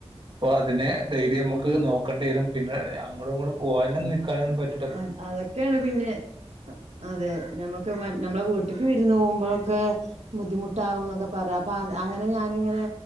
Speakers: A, on the right; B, on the right.
A: ഇപ്പൊ അതിനെ ഡൈലി നമ്മുക്ക് നോക്കേണ്ടി വരും പിന്നെ അങ്ങോടും ഇങ്ങോട്ടും പോ പോയാലും നിക്കാനൊന്നും പറ്റ്
B: അ അതൊക്കെയാണ് പിന്നെ അതെ നമ്മക്ക് നമ്മളെ വീട്ടക്ക് വി വിരുന്ന് പോകുമ്പോഴൊക്കെ ബുദ്ധിമുട്ടാവും എന്നൊക്കെ പറ അപ്പൊ അങ്ങനെ ഞാനിങ്ങനെ